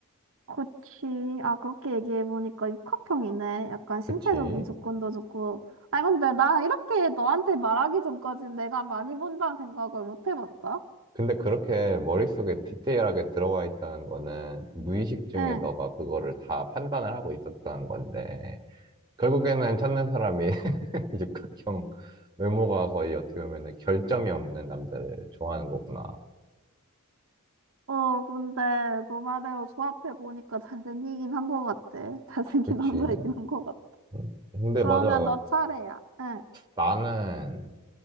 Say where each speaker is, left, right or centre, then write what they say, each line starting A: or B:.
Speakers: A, on the right; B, on the right.
A: 그치. 아, 그렇게 얘기해보니까 육학형이네. 약간 신체적인
B: 그치
A: 조건도 좋고. 아 근데 나 이렇게 너한테 말하기 전까지 내가 많이 본다는 생각을 못 해봤다.
B: 근데 그렇게 머릿속에 디테일하게 들어와 있다는 거는 무의식 중에
A: 응.
B: 너가 그거를 다 판단을 하고 있었다는 건데, 결국에는 찾는 사람이 <laughs> 육각형 외모가 거의 어떻게 보면 결점이 없는 남자를 좋아하는 거구나.
A: 어, 근데 너 말대로 조합해보니까 잘생기긴 한 것 같아. <laughs> 잘생긴
B: 그치.
A: 남자이긴 한 것 같아.
B: 음, 근데
A: 그러면
B: 맞아.
A: 너 차례야. 응.
B: 나는,